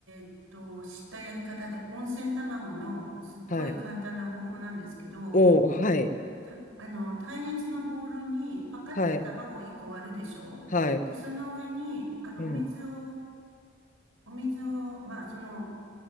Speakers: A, on the right; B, on the left.
A: ーっと、知ったやり方で、温泉卵のすっごい簡単な方法なんですけど、
B: はい。おお、はい、
A: た、あの、耐熱のボウルにパカって卵を1個割るでしょで、
B: はい、はい、
A: その上に、あの、
B: うん、
A: お水を、お水を、まあ、その、